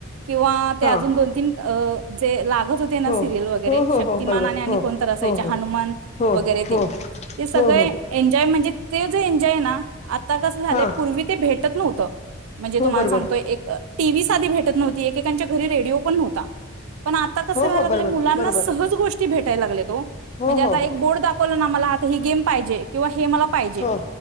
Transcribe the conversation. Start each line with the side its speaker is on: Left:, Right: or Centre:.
Right: किंवा ते
Left: हां
Right: अजून दोन तीन अ जे लाग गत होते ना
Left: हो
Right: सिरियल वगैरे
Left: हो हो
Right: शक्तमान
Left: हो बरोबर
Right: आणि आणि
Left: हो
Right: कोणतर असाय
Left: हो हो
Right: हनुमान
Left: हो
Right: वगेरे ते.
Left: हो
Right: ते सगळे
Left: हो हो
Right: एन्जॉय म्हणजे ते जे एन्जॉय ना आता कसं झालंय
Left: हां
Right: पूर्वी ते भेट नव्हतं म्हणजे
Left: हो
Right: तुम्हाला
Left: बरोबर
Right: सांगतोय एक टी व्ही साध भेटत नव्हती एकेकांच्या घरी रेडिओ पण नव्हता पण आता कस
Left: हो
Right: व्हायलय
Left: हो बरोबर
Right: मुलांना
Left: बरोबर
Right: सहज भेट टय लागले तो
Left: हो
Right: म्हणजे आता
Left: हो
Right: एक बोट दाखवलं ना मला हात ही गेम पाहिजे किंवा हे मला पाहिजे
Left: हो